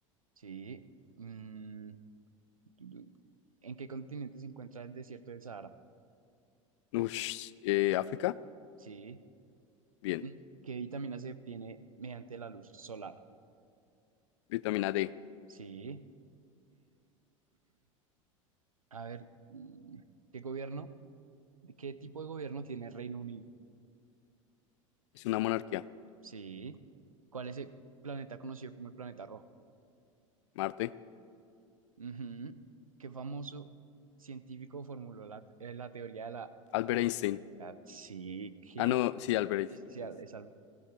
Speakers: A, on the right; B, on the left.
A: Sí. Mm, du- du- ¿en qué continente se encuentra el desierto del Sahara?
B: Ush, eh, África.
A: Sí.
B: Bien.
A: Mm, ¿qué vitamina se obtiene mediante la luz solar?
B: Vitamina D.
A: Sí. A ver, mm, ¿qué gobierno, qué tipo de gobierno tiene Reino Unido?
B: Es una monarquía.
A: Sí. ¿Cuál es el planeta conocido como el planeta rojo?
B: Marte.
A: Ujú. ¿Qué famoso científico formuló la, eh, la teoría de la
B: Albert
A: relatividad?
B: Einstein.
A: Sí, qué
B: Ah, no, sí, Albert Einstein.
A: difícil
B: Albert Einstein.
A: es algo.